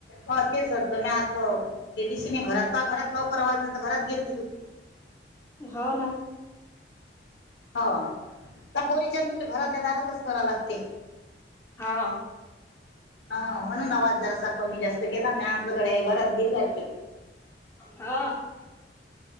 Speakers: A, on the left (about 70°); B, on the left (about 15°).
A: तेच होतलं मी आतलं. गेलीशी नाही घरात प घरात लवकर आवाज नाही तर घरात गेली..
B: होा ना.
A: हा. त्या पोरी चांदूला घरातल्या दारातच करा लागते.
B: हो
A: हा म्हणून आवाज जरा अस कमी जास्त केला मी आतल्याकडे घरात गेली.
B: हा.